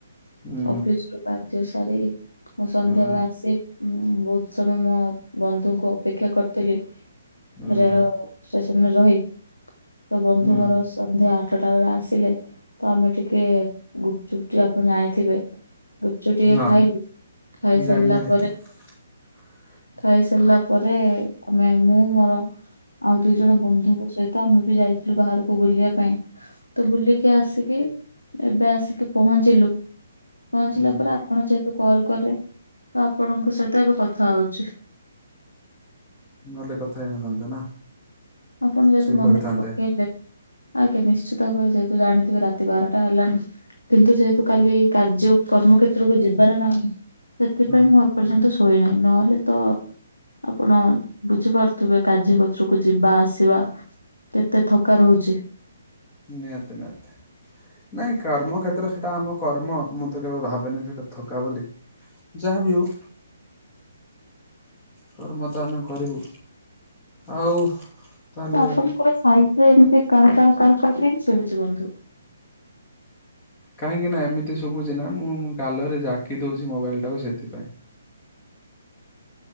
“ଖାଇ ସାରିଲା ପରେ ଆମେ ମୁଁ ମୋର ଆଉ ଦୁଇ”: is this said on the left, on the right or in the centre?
Left